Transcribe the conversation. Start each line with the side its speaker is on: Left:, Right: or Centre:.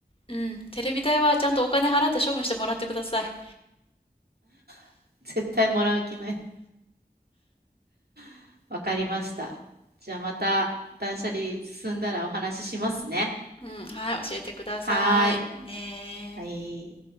Left: うん。テレビ台はちゃんとお金払って処分してもらってください。
Right: <laughs> 絶対もらう気ない。<laughs> わかりました。じゃあまた断捨離進んだらお話ししますね。
Left: うん。はい。教えてください。
Right: はーい。
Left: ねー。
Right: はい。